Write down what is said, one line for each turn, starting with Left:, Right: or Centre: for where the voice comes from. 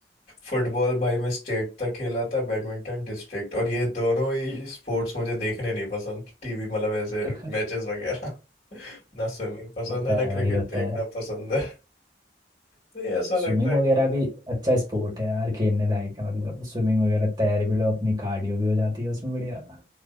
Left: फुटबॉल भाई मैं स्टेट तक खेला था बैडमिंटन डिस्ट्रिक्ट और ये दोनों ही स्पोर्ट्स मुझे देखने नहीं पसंद टीवी मतलब ऐसे
Right: <laughs>
Left: मैचेस वगैरह <laughs> ना स्विमिंग पसंद
Right: होता
Left: है ना
Right: है भाई
Left: क्रिकेट
Right: होता
Left: देखना
Right: है
Left: पसंद है तो ये ऐसा
Right: स्विमिंग
Left: लगता है
Right: वगैरह भी
Left: कि
Right: अच्छा स्पोर्ट है यार खेलने लायक है मतलब स्विमिंग वगैरह तैर भी लो अपनी कार्डियो भी हो जाती है उसमें बढ़िया